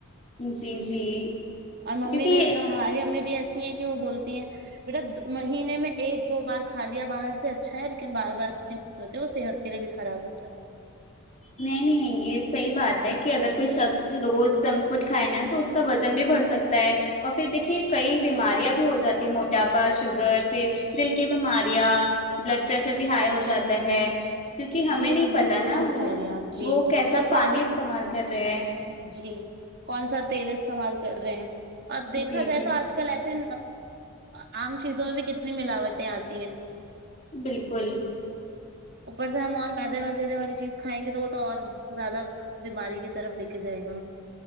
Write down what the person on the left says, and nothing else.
جی جی
کیونکہ
نہیں نہیں یہ صحیح بات ہے کہ اگر کوئی شخص روز جنک فوڈ کھائے نا تو اس اس کا وزن بھی بڑھ سکتا ہے اور پھر دیکھیے کئی بیماریاں بھی ہو جاتی ہیں موٹاپا شوگر پھر دل کی بیماریاں بلڈ پریشر بھی ہائی ہو جاتا ہے کیونکہ
ہمیں
نہیں
پتا
نا
وہ
وہ
کیسا
پانی استعمال کر رہے ہیں
جی
جی
بالکل